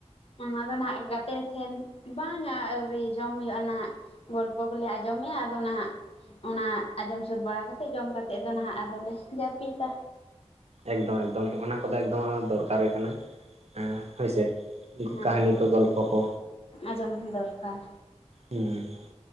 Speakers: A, on the left; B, on the right.
A: ᱚᱱᱟ ᱫᱚ ᱱᱟᱦᱟᱜ ᱜᱟᱛᱮ ᱴᱷᱮᱱ, ᱵᱟᱝᱟ ᱟᱹᱣᱨᱤ ᱡᱚᱢ ᱦᱩᱭᱩᱜᱼᱟ ᱱᱟᱦᱱᱟᱜ ᱾ ᱜᱚᱞᱯᱚ ᱠᱚᱞᱮ ᱟᱸᱡᱚᱢ ᱢᱮᱼᱟ ᱟᱫᱚ ᱱᱟᱦᱟᱜ ᱼᱼ ᱚᱱᱟ ᱟᱸᱡᱚᱢ ᱥᱟᱹᱛ ᱵᱟᱲᱟ ᱠᱟᱛᱮᱜ, ᱡᱚᱢ ᱠᱟᱛᱮᱫ ᱫᱚ ᱱᱟᱦᱟᱜ ᱟᱫᱚᱞᱮ ᱡᱟᱹᱯᱤᱫᱟ ᱾
B: ᱮᱠᱫᱚᱢ ᱮᱠᱫᱚᱢ ᱦᱚᱱᱟ ᱠᱚᱫᱚ ᱮᱠᱫᱚᱢ ᱫᱚᱨᱠᱟᱨ ᱜᱮ ᱠᱟᱱᱟ ᱾ ᱦᱮᱸ ᱦᱳᱭ ᱥᱮ,
A: ᱦᱮᱸ
B: ᱠᱟᱦᱟᱱᱤ ᱠᱚ ᱜᱚᱞᱯᱚ ᱠᱚ᱾
A: ᱟᱸᱡᱚᱢ ᱫᱚᱨᱠᱟᱨ,
B: ᱦᱩᱸ